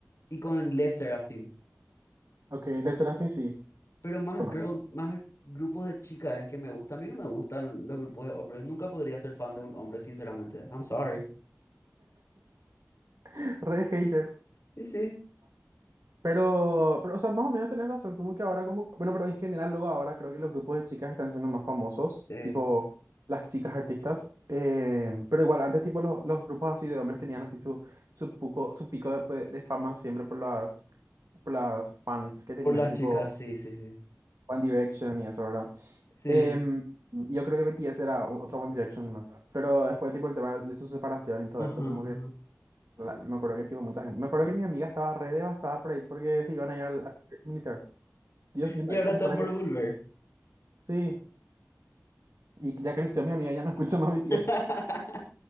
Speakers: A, on the left; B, on the right.
A: y con Les Seraphim.
B: Ok, Led Serafin sí,
A: Pero más
B: conozco.
A: girl, más grupos de chicas es que me gusta. A mí no me gustan los grupos de hombres, nunca podría ser fan de un hombre, sinceramente. I'm sorry.
B: <laughs> Re hater.
A: Y sí, sí.
B: Pero, pero, o sea, más o menos tenés razón, como que ahora, como, bueno, pero en general luego ahora creo que los grupos de chicas están siendo más famosos,
A: eh,
B: tipo las chicas artistas, eh, pero igual antes tipo los, los grupos así de hombres tenían así su, su, puco- su pico de, pues, de fama siempre por las, por las fans que tenían,
A: Por las
B: tipo
A: chicas, sí, sí, sí.
B: One Direction y eso, ¿verdad?
A: Sí.
B: Em, yo creo que BTS era o- otro One Direction más. Pero después, tipo, el tema de su separación y todo
A: Ajá,
B: eso, como
A: ajá.
B: que la- me acuerdo que, tipo, mucha gente. Me acuerdo que mi amiga estaba re devastada por ahí porque se iban a ir al, al militar. Dios mío,
A: Y ahora
B: ¿cómo
A: están
B: para
A: por
B: que.
A: volver.
B: Sí, y ya creció mi amiga, ya no escucha más BTS.
A: <laughs>